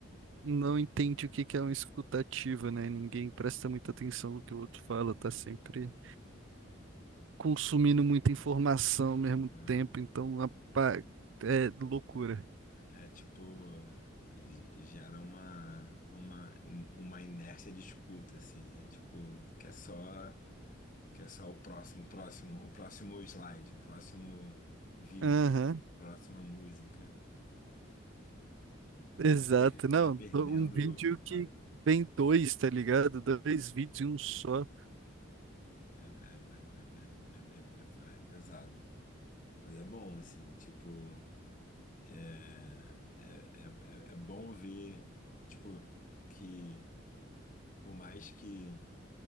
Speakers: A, on the right (about 75°); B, on the left (about 40°).
A: Não entende o que que é uma escutativa, né? Ninguém presta muita atenção no que o outro fala, tá sempre. consumindo muita informação ao mesmo
B: Aham.
A: tempo, então apa- é loucura.
B: É tipo, gera uma, uma, um- uma inércia de escuta, assim, né? Tipo, que é só, que é só o próximo, o próximo, o próximo slide, o próximo vídeo,
A: Aham,
B: a próxima música. A galera
A: exato.
B: tá per-
A: Não,
B: tá perdendo.
A: do- um vídeo que
B: a-
A: vem dois, tá ligado? Dois vídeos em um só.
B: É, é, é, é, é, é- é é, é, é pesado. Mas é bom, assim, tipo, é, é, é, é é bom ver, tipo, que por mais que.